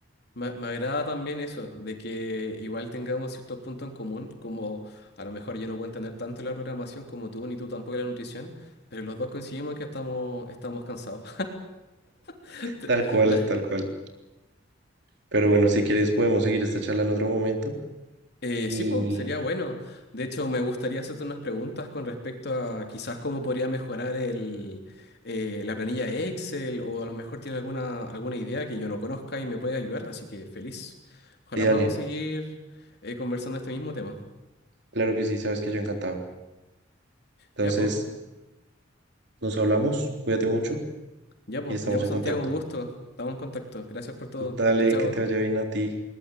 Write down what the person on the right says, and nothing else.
Tal cual,
tal cual. Pero bueno, si quieres podemos seguir esta charla en otro momento
y
sí, dale,
claro que sí, sabes que yo encantado. Entonces,
nos hablamos, cuídate mucho
y estamos
en
contacto.
Dale,
que te vaya
bien a ti.